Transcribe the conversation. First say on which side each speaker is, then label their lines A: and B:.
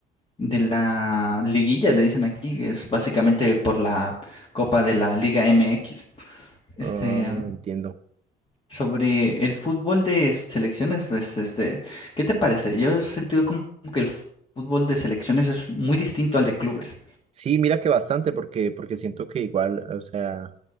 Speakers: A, on the left; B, on the right.
A: de la liguilla, le dicen aquí, que es básicamente por la Copa de la Liga MX. Este,
B: ah, entiendo.
A: sobre el fútbol de selecciones, pues, este, ¿qué te parece? Yo he sentido como que el fútbol de selecciones es muy distinto al de clubes.
B: Sí, mira que bastante, porque, porque siento que igual, o sea,